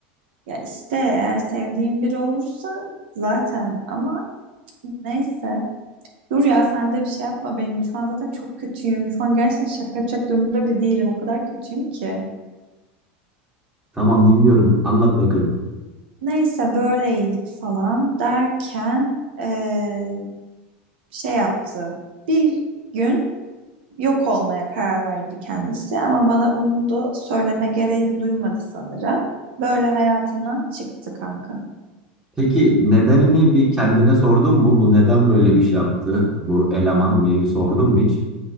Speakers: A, on the right; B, on the right.
A: Ya işte eğer sevdiğim biri olursa zaten ama neyse. Dur ya sen de bir şey yapma benim. Şu an zaten çok kötüyüm. Şu an gerçekten şaka yapacak durumda bile değilim. O kadar kötüyüm ki.
B: Tamam dinliyorum. Anlat bakalım.
A: Neyse böyleydik falan derken eee, şey yaptı. Bir gün yok olmaya karar verdi kendisi ama bana bunu da söyleme gereği de duymadı sanırım. Böyle hayatından çıktı kanka.
B: Peki nedenini bir kendine sordun mu? Bu neden böyle bir şey yaptı bu eleman diye bir sordun mu hiç?